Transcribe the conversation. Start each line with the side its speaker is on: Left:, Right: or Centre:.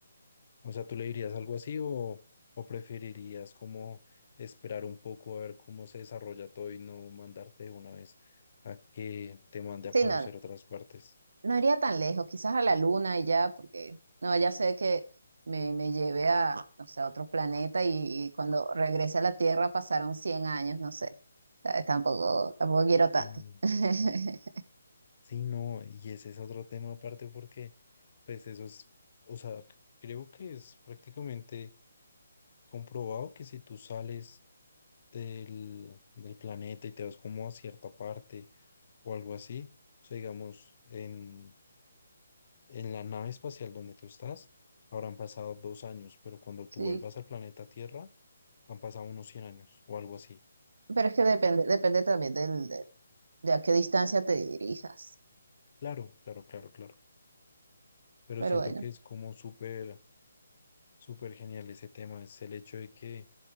Left: o sea, ¿tú le dirías algo así o, o preferirías como esperar un poco a ver cómo se desarrolla todo y no mandarte de una vez a que te mande a
Right: Sí,
Left: conocer
Right: no,
Left: otras partes?
Right: no iría tan lejos, quizás a la luna y ya, porque no, ya sé que me, me lleve a, no sé, a otro planeta y, y cuando regrese a la Tierra pasaron 100 años, no sé. ¿sabes? Tampoco, tampoco quiero tanto.
Left: Sí.
Right: <laughs>
Left: Sí, no, y ese es otro tema aparte porque, pues eso es, o sea, c- creo que es prácticamente comprobado que si tú sales del, del planeta y te vas como a cierta parte o algo así, o sea, digamos, en, en la nave espacial donde tú estás, habrán pasado dos años, pero cuando tú
Right: Sí,
Left: vuelvas al planeta Tierra, han pasado unos 100 años o algo así.
Right: pero es que depende, depende también del, de, de a qué distancia te dirijas.
Left: Claro, claro, claro, claro. Pero
Right: Pero
Left: siento
Right: bueno,
Left: que es como súper, súper genial ese tema, es el hecho de que